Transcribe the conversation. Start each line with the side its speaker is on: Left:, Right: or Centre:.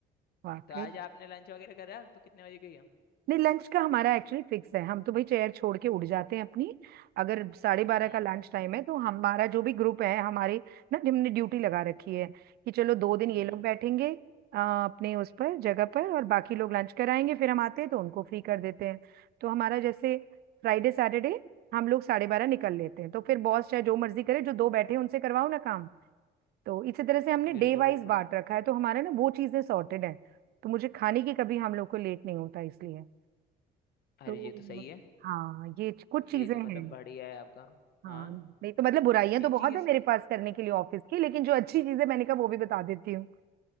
Right: वाकई
Left: तो आज आपने लंच वगैरह करा तो कितने बजे गई हो?
Right: नहीं लंच का हमारा एक्चुअली फिक्स है हम तो भाई चेयर छोड़ के उड़ जाते हैं अपनी अगर साढ़े बारह
Left: हम्म
Right: का लंच टाइम है तो हमारा जो भी ग्रुप है हमारे ना हमने ड्यूटी लगा रखी है कि चलो दो दिन ये
Left: हम्म
Right: लोग बैठेंगे अ, अपने उस पर जगह पर और बाकी लोग लंच कराएंगे फिर हम आते हैं तो उनको फ्री कर देते हैं तो हमारा जैसे फ्राइडे सैटरडे हम लोग साढ़े बारह निकल लेते हैं तो फिर बॉस चाहे जो मर्जी करे जो दो बैठे हैं उनसे करवाओ ना काम तो इसी तरह से हमने
Left: बिल्कुल
Right: डे वाइज
Left: बिल्कुल
Right: बांट रखा है तो हमारा ना वो चीजें सॉर्टेड है तो मुझे खाने की कभी हम लोग को लेट नहीं होता इसलिए।
Left: अरे
Right: तो
Left: ये तो सही है
Right: हाँ ये च- कुछ चीजें
Left: ये तो
Right: हैं
Left: मतलब बढ़िया है आपका
Right: हाँ
Left: हाँ
Right: नहीं तो मतलब बुराइयां
Left: ये
Right: तो बहुत
Left: चीज
Right: है मेरे पास करने के लिए ऑफिस की लेकिन जो अच्छी चीजें मैंने कहा वो भी बता देती हूँ